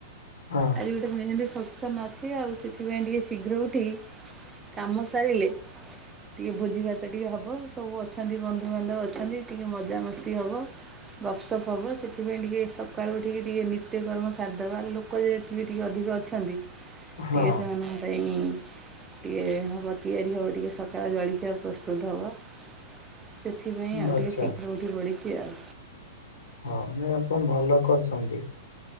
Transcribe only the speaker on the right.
ଆଜି ଗୋଟେ ମେହେନ୍ଦି ଫଙ୍କସନ୍ ଅଛି ଆଉ ସେଥିପାଇଁ ଟିକଏ ଶୀଘ୍ର ଉଠି କାମ ସାରିଲେ। ଟିକେ ଭୋଜି ଭାତ ଟିକେ ହବ ସବୁ ଅଛନ୍ତି ବନ୍ଧୁବାନ୍ଧବ ଅଛନ୍ତି ଟିକେ ମଜାମସ୍ତି ହବ। ଗପସପ୍ ହବା ସେଥିପାଇଁ ଟିକେ ସକାଳୁ ଉଠିକି ଟିକେ ନିତ୍ୟକର୍ମ ସାରଦବା ଲୋକ ଯେହେତ <inaudible> ଅଧିକ ଅଛନ୍ତି
ଟିକଏ ସେମାନଙ୍କ ପାଇଁ ଟିକିଏ ହବ ତିଆରି ହବ ଟିକେ ସକାଳ ଜଳଖିଆ ପ୍ରସ୍ତୁତ ହବ। ସେଥିପାଇଁ ଆଉ
ଟିକେ ଶୀଘ୍ର ଉଠି ପଢିଛି ଆଉ।